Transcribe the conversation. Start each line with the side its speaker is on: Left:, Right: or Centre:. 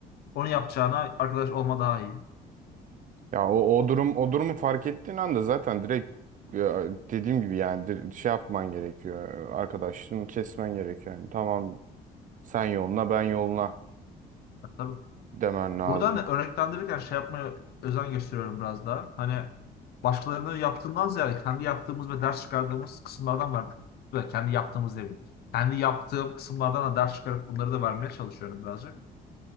Left: Onu yapacağına arkadaş olma daha iyi.
Right: Ya o, o durum o durumu fark ettiğin anda zaten direkt ya, dediğim gibi yani dir- şey yapman gerekiyor. Arkadaşlığını kesmen gerekiyor. Yani tamam Sen yoluna ben yoluna
Left: Ha, tabii.
Right: demen lazım.
Left: Buradan da örneklendirirken şey yapmaya özen gösteriyorum biraz daha. Hani başkalarının yaptığından ziyade kendi yaptığımız ve ders çıkardığımız kısımlardan var. Böyle kendi yaptığımız demeyeyim. Kendi yaptığım kısımlardan da ders çıkarıp bunları da vermeye çalışıyorum birazcık.